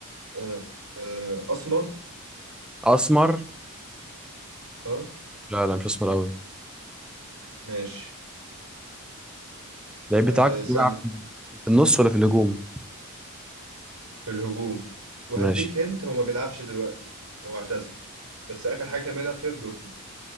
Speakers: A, on the right (about 80°); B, in the centre.
A: آه، آه، اسمر
B: أسمر
A: اه
B: لا لا مش أسمر أوي
A: ماشي
B: اللعيب
A: آه،
B: بتاعك
A: اسالني
B: بيلعب في النص ولا في الهجوم؟
A: في الهجوم وهديك
B: ماشي
A: هنت هو ما بيلعبش دلوقتي هو اعتزل بس اخر حاجه كان بيلعب فيها في دورتموند